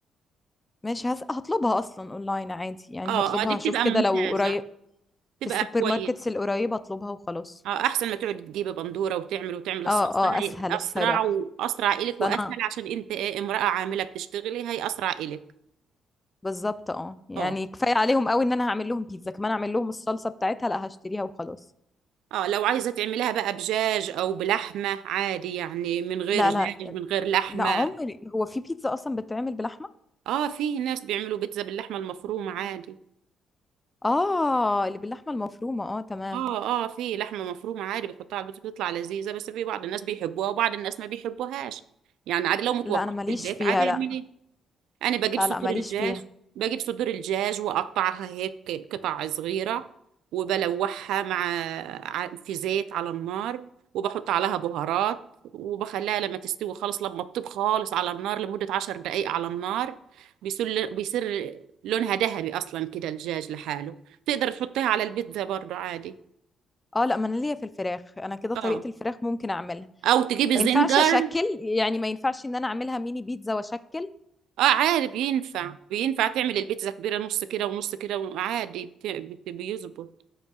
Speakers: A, on the left (about 20°); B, on the right (about 85°).
A: ماشي هاس هاطلبها أصلًا online عادي، يعني
B: اه
A: هاطلبها
B: اه دي بتبقى
A: هاشوف كده
B: ممتازة
A: لو قري
B: بتبقى
A: في السوبر
B: كويس
A: ماركتس القريبة اطلبها وخلاص
B: اه احسن ما تقعد تجيب بندورة وتعمل وتعمل الصلصة
A: اه اه اسهل
B: هي
A: الصراحة
B: اسرع واسرع الك
A: بس
B: واسهل
A: انا
B: عشان انت إيه امرأة عاملة بتشتغلي هي اسرع الك
A: بالظبط اه يعني
B: اه
A: كفاية عليهم قوي ان انا هعمل لهم بيتزا كمان اعمل لهم الصلصة بتاعتها لا هشتريها وخلاص
B: اه لو عايزة تعمليها بقى بجاج او بلحمة عادي يعني من غير
A: لا
B: دجاج
A: لا
B: من غير لحمة
A: لا عمري هو في بيتزا اصلا بتتعمل بلحمة
B: اه في ناس بيعملوا بيتزا باللحمة المفرومة عادي
A: اه اللي باللحمة المفرومة اه تمام
B: اه اه في لحمة مفرومة عادي بتحطها على البيتزا بتطلع لذيذة بس في بعض الناس بيحبوها وبعض الناس ما بيحبوهاش يعني عادي لو متوفرة
A: لا انا ماليش
B: في البيت
A: فيها
B: عادي اعمليها
A: لا
B: انا بجيب
A: لا
B: صدور
A: لا ماليش
B: الدجاج
A: فيها
B: بجيب صدور الدجاج واقطعها هيك قطع صغيره وبلوحها مع ع- في زيت على النار وبحط عليها بهارات وبخليها لما تستوي خالص لما تطيب خالص على النار لمدة عشر دقايق على النار بيصير بيصير لونها ذهبي أصلا كده الدجاج لحاله تقدر تحطيها على البيتزا برضو عادي
A: اه لا ما انا ليا في الفراخ انا كده
B: اه
A: طريقة الفراخ ممكن اعملها
B: أو تجيبي
A: ما
B: زنجر
A: ينفعش اشكل يعني ما ينفعش ان انا اعملها ميني بيتزا واشكل
B: اه عادي بينفع بينفع تعمل البيتزا كبيرة نص كده ونص كده وعادي بت- بت- بيظبط